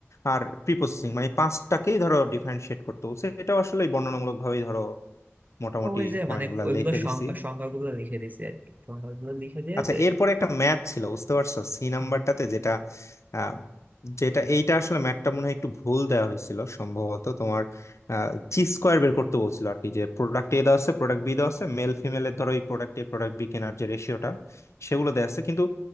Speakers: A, on the left (about 80°); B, on the right (about 40°).
A: আর প্রি প্রসেসিং মানে পাঁচটাকেই ধরো ডিফারেন্সিয়েট করতে বলছে এটা আসলে বর্ণনামূলক ভাবেই ধরো মোটামুটি
B: ওই যে
A: পয়েন্ট
B: মানে
A: গুলা
B: ওইগুলো
A: লিখে
B: সংজ্ঞা
A: দিছি
B: সংজ্ঞাগুলো লিখে দিয়েছি আর কি সংজ্ঞাগুলো লিখে দিয়েছে
A: আচ্ছা এরপরে একটা ম্যাথ ছিল বুঝতে পারছো সি নাম্বারটাতে
B: হুম,
A: যেটা আহ, যেটা এইটা আসলে ম্যাথটা মনে হয় একটু ভুল দেওয়া হয়েছিল সম্ভবত তোমার চি স্কোয়ার বের করতে বলছিল আর কি যে প্রোডাক্ট এ দেওয়া আছে প্রোডাক্ট বি দেওয়া আছে মেল ফিমেলের ধরো এই প্রোডাক্ট এ প্রোডাক্ট বি কেনার যে রেশিওটা সেগুলো দেওয়া আছে কিন্তু